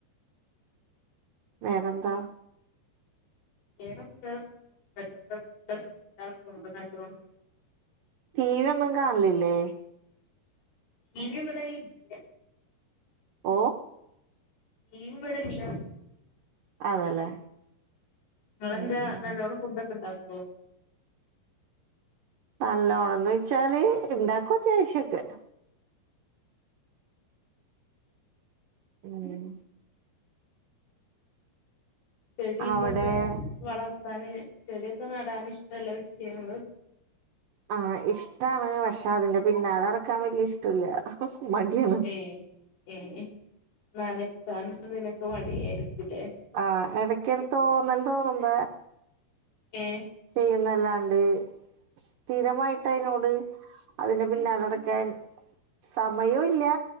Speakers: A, on the right (about 70°); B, on the left (about 85°).
A: വേറെ എന്താ
B: ഏതാ ക്ലാസ്സ് <unintelligible>
A: <inaudible>
B: ഇങ്ങള് നല്ലോണം
A: ടീ വി ഒന്നും കാണലില്ലേ
B: ടി വി ഇവിടെ ഇല്ല
A: ഓഹ്
B: നീ വടല്ല.
A: അതല്ലേ
B: നിങ്ങെന്താ
A: ഉം
B: നല്ലോണ്ണം
A: ഉം
B: ഫുഡ് ഒക്കെ ഇണ്ടാക്കോ
A: നല്ലോണംന്ന് വെച്ചാല് ഇണ്ടാക്കും അത്യാവശ്യം ഒക്കെ ഉം
B: ചെടി എന്തൊക്കെ
A: അവിടെ
B: വളർത്താന് ചെടിയൊക്കെ നടാൻ ഇഷ്ടള്ള വ്യക്തി ആണോങ്ങള്
A: ആഹ് ഇഷ്ടമാണ് പക്ഷെ അതിന്റെ പിന്നാലെ നടക്കാൻ വലിയ ഇഷ്ടമല്ല മടിയാണ്
B: ഏഹ് ഏഹ് നനക്കാൻ ഇതീനോക്കെ മടിയായിരിക്കൂല്ലേ
A: ആഹ് ഇടയ്ക്കെരു തോന്നൽ തോന്നുമ്പ
B: ഏഹ്
A: ചെയ്യുന്നല്ലാണ്ട് സ്ഥിരമായിട്ട് അതിനോട് അതിന്റെ പിന്നാല നടക്കാൻ സമയവും ഇല്ല